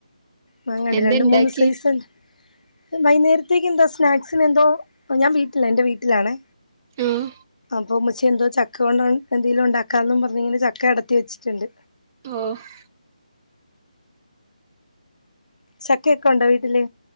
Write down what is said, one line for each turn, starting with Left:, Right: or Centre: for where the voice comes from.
Left: മാങ്ങാണ്ട്
Right: എന്താ
Left: രണ്ട്
Right: ഇണ്ടാക്കി
Left: മൂന്ന് സൈസുണ്ട് വൈകുന്നേരത്തേക്ക് എന്തോ സ്നാക്സിന് എന്തോ ഞാൻ വീട്ടിലാ എന്റെ വീട്ടിലാണ്
Right: ആഹ്
Left: അപ്പൊ ഉമ്മച്ചി എന്തോ ചക്ക കൊണ്ട് എന്തേലും ഉണ്ടാക്കാന്ന് പറഞ്ഞ് ഇങ്ങനെ ചക്ക അടത്തി വെച്ചിട്ടുണ്ട്
Right: ആഹ്
Left: ചക്കയൊക്കെ ഉണ്ടോ വീട്ടില്